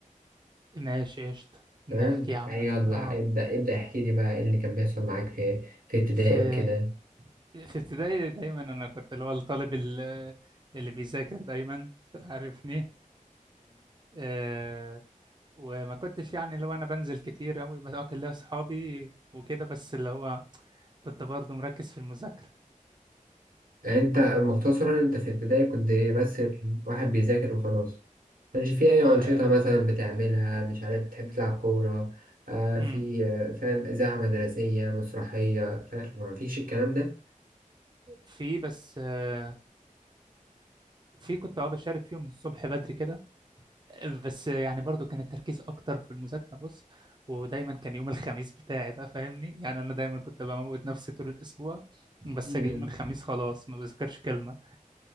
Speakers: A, on the right; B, on the right.
A: ماشي قشطة
B: تمام؟
A: نحكي يا عم
B: يلا
A: اه
B: ابدأ ابدأ احكي لي بقى إيه اللي كان بيحصل معاك في في ابتدائي
A: في
B: وكده
A: في ابتدائي دايما انا كنت اللي هو الطالب ال- اللي بيذاكر دايما عارفني آه وما كنتش يعني اللي هو انا بنزل كتير قوي بس اه كان ليا اصحابي وكده بس اللي هو كنت برضه مركز في المذاكرة
B: انت مختصرا انت في ابتدائي كنت ايه بس واحد بيذاكر وخلاص مش في اي
A: آه،
B: انشطه مثلا بتعملها مش عارف بتحب تلعب كوره آه
A: امم
B: في آه فاهم اذاعه مدرسيه مسرحيه فاهم ما فيش الكلام ده
A: في بس آه في كنت اه بشارك فيهم الصبح بدري كده بس يعني برضو كان التركيز اكتر في المذاكره بص ودايما كان يوم الخميس بتاعي ده فاهمني يعني انا دايما كنت بموت نفسي طول الاسبوع بس
B: مم.
A: اجي يوم الخميس خلاص ما بذاكرش كلمه